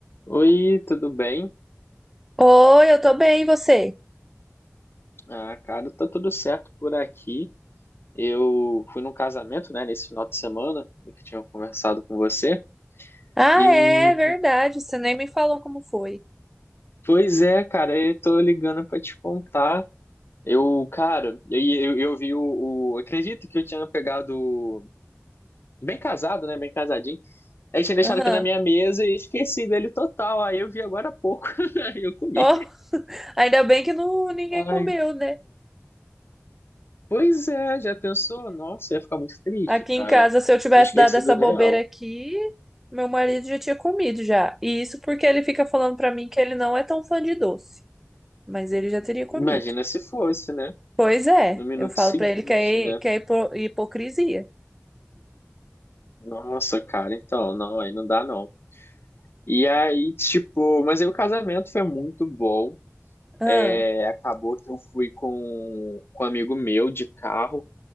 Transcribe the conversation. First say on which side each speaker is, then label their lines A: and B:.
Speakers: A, on the left (about 50°); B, in the centre.
A: Oi, tudo bem?
B: Oi, eu tô bem, e você?
A: Ah, cara, tá tudo certo por aqui. Eu fui num casamento, né, nesse final de semana, do que tinha conversado com você.
B: Ah,
A: E,
B: é verdade, você nem me falou como foi.
A: pois é, cara, eu tô ligando pra te contar. Eu, cara, eu, eu, eu vi o, o- Acredito que eu tinha pegado. o- Bem casado, né? Bem casadinho. Aí tinha deixado
B: Aham.
A: aqui na minha mesa e esqueci dele total. Aí eu vi agora há pouco. <laughs> Aí eu comi.
B: Ó, <laughs> ainda bem que não, ninguém
A: Ai,
B: comeu, né?
A: Pois é, já pensou? Nossa, ia ficar muito triste,
B: Aqui em
A: cara.
B: casa, se eu tivesse
A: Tinha esquecido
B: dado essa
A: o
B: bobeira
A: real.
B: aqui, meu marido já tinha comido já. E isso porque ele fica falando pra mim que ele não é tão fã de doce, mas ele já teria comido.
A: Imagina se fosse, né?
B: Pois é,
A: No minuto
B: eu falo
A: seguinte,
B: pra ele que é,
A: né?
B: que é hipo- hipocrisia.
A: Nossa, cara, então, não, aí não dá não. E aí, tipo, mas aí o casamento foi muito bom.
B: Ah,
A: É, acabou que eu fui com, com um amigo meu de carro,